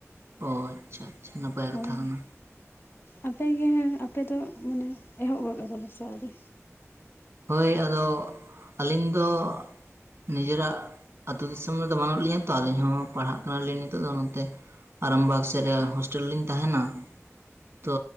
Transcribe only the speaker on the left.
ᱦᱳᱭ
ᱟᱯ ᱜᱮ ᱦᱮᱸ ᱟᱯᱮ ᱫᱚ ᱢᱟᱱᱮ ᱮᱦᱚᱵ ᱜᱚᱫ ᱠᱟᱫᱟ ᱯᱮᱥᱮ ᱟᱹᱣᱨᱤ